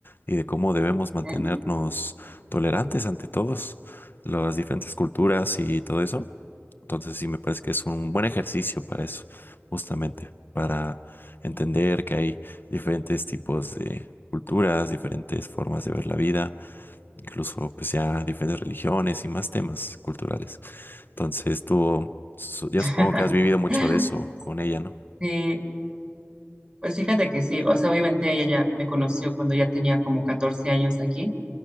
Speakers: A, on the left; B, on the right.
A: y de cómo debemos mantenernos
B: ¿eh?
A: tolerantes ante todos, las diferentes culturas y todo eso. Entonces sí me parece que es un buen ejercicio para eso, justamente, para entender que hay diferentes tipos de culturas, diferentes formas de ver la vida, incluso pues ya diferentes religiones y más temas culturales. Entonces tú, su- yo
B: <laughs>
A: supongo que has vivido mucho de eso con ella, ¿no?
B: Sí, pues fíjate que sí, o sea, obviamente ella ya me conoció cuando ya tenía como 14 años aquí